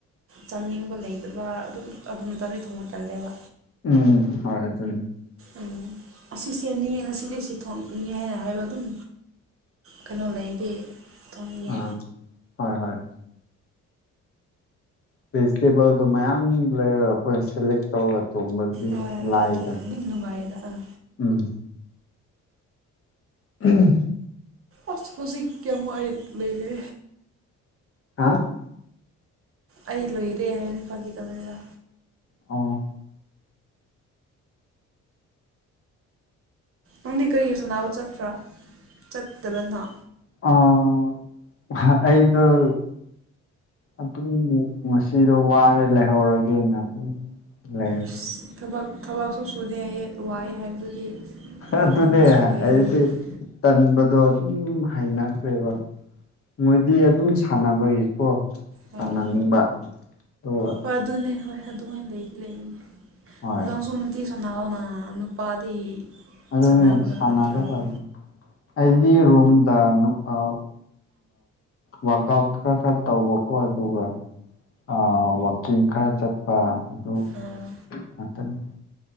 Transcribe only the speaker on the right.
ꯆꯥꯅꯤꯡꯕ ꯂꯩꯗꯕ ꯑꯗꯨꯝ ꯑꯗꯨ ꯃꯇꯝꯗꯗꯤ ꯊꯣꯡꯕ ꯇꯜꯂꯦꯕ
ꯎꯝ ꯑꯁꯤꯁꯦꯅꯤꯌꯦ ꯉꯁꯤꯗꯤꯁꯤ ꯊꯣꯛꯅꯤꯡꯉꯦ ꯍꯥꯏꯅ ꯍꯥꯏꯕ ꯑꯗꯨꯝ ꯀꯩꯅꯣ ꯂꯩꯗꯤ ꯊꯣꯡꯅꯤꯡꯉꯦ
ꯍꯣꯏ
ꯑꯗꯨ ꯑꯗꯨꯝ ꯅꯨꯡꯉꯥꯏꯌꯦꯗ ꯑꯥ
ꯑꯁ ꯍꯧꯖꯤꯛ ꯀꯌꯥꯝ <unintelligible> ꯂꯩꯔꯦ
ꯑꯩ ꯂꯣꯏꯔꯦ ꯍꯥꯏꯕꯅꯦ ꯐꯥꯒꯤ ꯇꯧꯕꯅꯤꯗ
ꯅꯪꯗꯤ ꯀꯩꯒꯤ ꯁꯅꯥꯕ ꯆꯠꯇ꯭ꯔꯥ ꯆꯠꯇꯕꯅꯣ
ꯏꯁ ꯊꯕꯛ ꯊꯕꯛꯁꯨ ꯁꯨꯗꯦꯌꯦ ꯋꯥꯏ ꯍꯥꯏꯕꯗꯨꯗꯤ
ꯅꯪꯁꯨ ꯂꯩꯔꯦ
ꯍꯥꯏꯔ
ꯍꯣꯏ
ꯍꯣꯏ ꯑꯗꯨꯅꯦ ꯍꯣꯏ ꯑꯗꯨꯃꯥꯏꯅ ꯂꯩ ꯂꯩꯅꯦ
<unintelligible> ꯁꯅꯥꯑꯣꯅ ꯅꯨꯄꯥꯗꯤ
ꯁꯥꯟꯅꯕꯅ
ꯐꯠꯇ꯭ꯔꯣ ꯑꯣ
ꯑꯥ